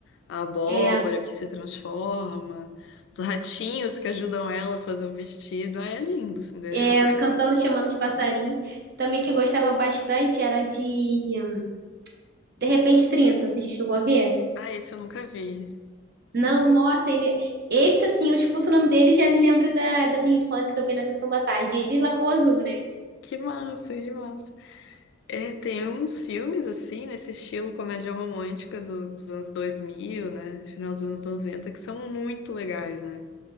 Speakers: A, on the left; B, on the right.
A: A abóbora
B: É.
A: que se transforma, os ratinhos que ajudam ela a fazer o vestido. Ah, é lindo, Cinderela.
B: é, cantando, chamando os passarinhos. Também que eu gostava bastante era de De Repente trinta. você já chegou a ver?
A: Ah, esse eu nunca vi.
B: Não, nossa, ele. Esse, assim, eu escuto o nome dele e já me lembro da, da minha infância que eu vi na Sessão da Tarde. Ele e Lagoa Azul, né?
A: Que massa, que massa. É, tem uns filmes assim, nesse estilo comédia romântica do- dos anos 2000, né? Final dos anos 90 que são muito legais, né?